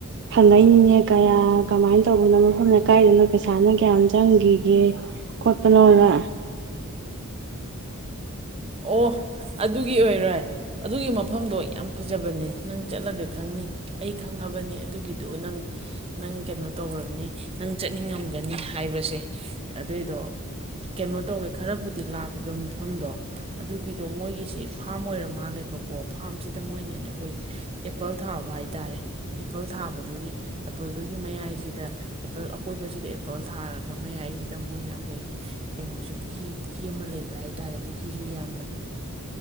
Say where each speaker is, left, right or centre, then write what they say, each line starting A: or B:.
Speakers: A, on the right; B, on the right.
A: ꯐꯪꯉꯛꯏꯅꯤꯅꯦ ꯀꯌꯥ ꯀꯃꯥꯏꯅ ꯇꯧꯕꯅꯣ ꯃꯐꯝꯗ ꯀꯥꯏꯗꯅ ꯄꯩꯁꯥꯅ ꯀꯌꯥꯝ ꯆꯠ ꯆꯪꯈꯤꯒꯦ ꯈꯣꯠꯄꯅꯅ
B: ꯑꯣ ꯑꯗꯨꯒꯤ ꯑꯣꯏꯔꯣꯏ ꯑꯗꯨꯒꯤ ꯃꯐꯝꯗꯣ ꯌꯥꯝ ꯐꯖꯕꯅꯦ ꯅꯪ ꯆꯠꯂꯒ ꯈꯪꯅꯤ ꯑꯩ ꯈꯪꯉꯕꯅꯤ ꯑꯗꯨꯒꯤꯗꯨ ꯅꯪ ꯅꯪ ꯀꯩꯅꯣ ꯇꯧꯔꯕꯅꯤ ꯅꯪ ꯆꯠꯅꯤꯡꯉꯝꯒꯅꯤ ꯍꯥꯏꯕꯁꯦ ꯑꯗꯨꯏꯗꯣ ꯀꯩꯅꯣ ꯇꯧꯋꯦ ꯈꯔꯕꯨꯗꯤ ꯂꯥꯞꯄꯤꯕ ꯃꯐꯝꯗꯣ ꯑꯗꯨꯒꯤꯗꯣ ꯃꯣꯏꯒꯤꯁꯤ ꯐꯥꯝ ꯑꯣꯏꯔ ꯃꯥꯜꯂꯦꯕꯀꯣ ꯐꯥꯔꯝꯁꯤꯗ ꯃꯣꯏꯅꯅꯦ ꯑꯩꯈꯣꯏꯒꯤ ꯑꯦꯄꯜ ꯊꯥꯕ ꯍꯥꯏꯇꯥꯔꯦ ꯑꯦꯄꯜ ꯊꯥꯕꯗꯨꯒꯤ ꯑꯦꯄꯜꯗꯨꯒꯤ ꯃꯌꯥꯏꯁꯤꯗ ꯑꯦꯄꯜ ꯑꯀꯣꯏꯕꯁꯤꯗ ꯑꯦꯄꯜ ꯊꯥꯔꯒ ꯃꯌꯥꯏꯁꯤꯗ ꯃꯣꯏꯅ ꯑꯩꯈꯣꯏꯒꯤ ꯀꯩꯅꯣꯁꯦ ꯄꯨ꯭ ꯄꯨꯈꯤꯔꯤ ꯑꯃ ꯂꯩꯕ ꯍꯥꯏꯇꯥꯔꯦ ꯄꯨꯈ꯭ꯔꯤꯁꯨ ꯌꯥꯝ ꯌꯥꯝ